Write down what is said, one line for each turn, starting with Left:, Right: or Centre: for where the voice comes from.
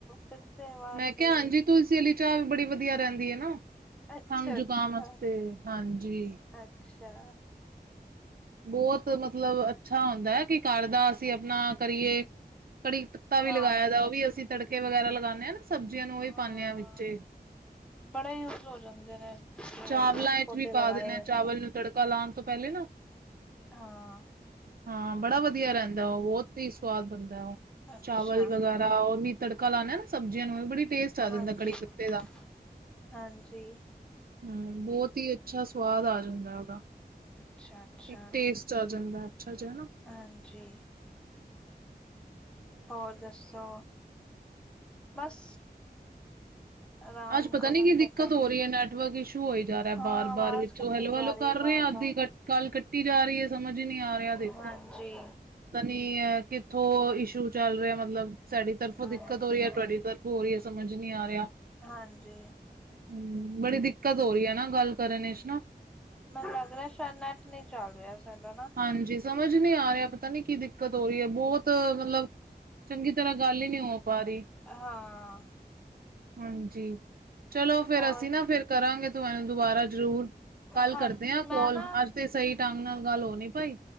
Centre: ਫਿਰ ਸੇ ਆਵਾਜ਼
Right: ਮੈਂ ਕਿਹਾ
Centre: ਗਈ
Right: ਹਾਂਜੀ, ਤੁਲਸੀ ਆਲੀ ਚਾਹ ਵੀ ਬੜੀ ਵਧੀਆ ਰਹਿੰਦੀ ਏ ਨਾ,
Centre: ਅੱਛਾ
Right: ਖੰਘ-ਜੁਕਾਮ
Centre: ਅੱਛਾ।
Right: ਵਾਸਤੇ। ਹਾਂਜੀ।
Centre: ਅੱਛਾ।
Right: ਬੋਤ ਮਤਲਬ ਅ ਛਾ ਹੁੰਦੈ ਕਿ ਘਰ ਦਾ ਅਸੀਂ ਆਪਣਾ ਕਰੀਏ, ਕੜੀ ਪੱਤਾ ਵੀ
Centre: ਹਾਂ
Right: ਲਗਾਇਆ ਦਾ ਉਹ ਵੀ ਅਸੀਂ ਤੜਕੇ ਵਗੈਰਾ ਲਗਾਨੇ ਆ ਨਾ ਸਬਜ਼ੀਆਂ ਨੂੰ, ਉਹੀ
Centre: ਹਾਂ।
Right: ਪਾਨੇਆ ਵਿੱਚੇ ਈ
Centre: ਬੜੇ ਯੂਸ ਹੋ ਜਾਂਦੇ ਨੇ। ਤੁਸੀਂ
Right: ਚਾਵਲਾਂ ਇਚ
Centre: ਪੌਦੇ
Right: ਵੀ ਪਾ
Centre: ਲਗਾਏ
Right: ਦੀਨੇ
Centre: ਹੋਏ
Right: ਆ,
Centre: ਨੇ
Right: ਚਾਵਲ
Centre: ਨਾ।
Right: ਨੂੰ ਤੜਕਾ ਲਾਣ ਤੋਂ ਪੈਲੇ ਨਾ
Centre: ਹਾਂ।
Right: ਹਾਂ, ਬੜਾ ਵਧੀਆ ਰੈਹਦੈ ਓ, ਬੋਤ ਈ ਸਵਾਦ ਬਨਦੇ ਓ‌।
Centre: ਅੱਛਾ
Right: ਚਾਵਲ ਵਗੈਰਾ ਅ ਓ ਨੀ ਤੜਕਾ ਲਾਨੇ ਆ ਨਾ ਸਬਜ਼ੀਆਂ ਨੂੰ ਵੀ ਬੜੀ ਟੇਸਟ ਆ ਜਾਂਦਾ
Centre: ਹਾਂਜੀ-ਹਾਂਜੀ‌।
Right: ਕੜੀ ਪੱਤੇ ਦਾ ਹਮ ਬੋਤ ਹੀ ਅੱਛਾ ਸਵਾਦ ਆ ਜਾਂਦਾ ਓਦਾ।
Centre: ਅੱਛਾ ਅੱਛਾ
Right: ਇੱਕ ਟੇਸਟ ਚਲ ਜਾਂਦਾ, ਅੱਛਾ <unintelligible>
Centre: ਹਾਂਜੀ। ਹੋਰ ਦੱਸੋ? ਬਸ ਆਰਾਮ
Right: ਅੱਜ ਪਤਾ
Centre: ਕਰਨ
Right: ਨੀ ਕੀ
Centre: ਦਾ
Right: ਦਿੱਕਤ
Centre: ਟਾਈਮ
Right: ਹੋ ਰਹੀ ਹੈ, ਨੈਟਵਕ ਇਸ਼ੂ ਨੂੰ ਹੋਈ ਜਾ ਰਿਹਾ
Centre: ਹਾਂ
Right: ਬਾਰ-ਬਾਰ।
Centre: ਆਵਾਜ਼
Right: ਵਿੱਚੋਂ
Centre: ਕੱਟੀ
Right: ਹੈਲੋ
Centre: ਜਾ
Right: ਹਲੋ
Centre: ਰਹੀ
Right: ਕਰ
Centre: ਹੈ ਬਾਰ
Right: ਰਹੇ ਆ, ਅੱਧੀ
Centre: ਬਾਰ
Right: ਕ ਕਾਲ ਕੱਟੀ ਜਾ ਰਹੀ ਹੈ ਸਮਝ ਹੀ ਨਹੀਂ ਆ ਰਿਹਾ, ਦੇ
Centre: ਹਾਂਜੀ।
Right: ਪਤਾ ਨੀ ੲੈ ਕਿੱਥੋਂ ਇਸ਼ੂ ਚੱਲ ਰਿਹਾ, ਮਤਲਬ ਸਾਡੀ ਤਰਫੋਂ
Centre: ਹਾਂਜੀ
Right: ਦਿੱਕਤ ਹੋ ਰਹੀ ਹੈ, ਤੁਹਾਡੀ ਤਰ ਹੋ ਰਹੀ ਹੈ, ਸਮਝ ਨੀ ਆ ਰਿਹਾ
Centre: ਹਾਂਜੀ।
Right: ਹਮ ਬੜੀ ਦਿੱਕਤ ਹੋ ਰਹੀ ਹੈ ਨਾ, ਗੱਲ ਕਰਨ ਵਿਚ ਨਾ
Centre: ਮੈਨੂੰ ਲੱਗ ਰਿਹੈ ਸੈ਼ਇਦ ਨੈਟ ਨਹੀਂ ਚੱਲ ਰਿਹਾ ਸਾਡਾ ਨਾ
Right: ਹਾਂਜੀ, ਸਮਝ ਨੀ ਆ ਰਿਆ ਪਤਾ ਨੀ ਕੀ ਦਿੱਕਤ ਹੋ ਰੀ ਐ। ਬੌਤ ਮਤਲਬ ਚੰਗੀ ਤਰ੍ਹਾਂ ਗੱਲ ਹੀ ਨੀ ਹੋ ਪਾ ਰੀ।
Centre: ਅ ਹਾਂ।
Right: ਹਾਂਜੀ। ਚਲੋ ਫੇਰ
Centre: ਹੋਰ
Right: ਅਸੀਂ ਨਾ ਫੇਰ ਕਰਾਂਗੇ ਤੁਹਾਨੂੰ ਦੁਬਾਰਾ ਜ਼ਰੂਰ। ਕੱਲ
Centre: ਹਾਂਜੀ
Right: ਕਰਦੇ ਆ
Centre: ਮੈਂ
Right: ਕੋਲ,
Centre: ਨਾ
Right: ਅੱਜ ਤੇ ਸਹੀ ਢੰਗ ਨਾਲ ਗੱਲ ਹੋ ਨੀ ਪਾਈ।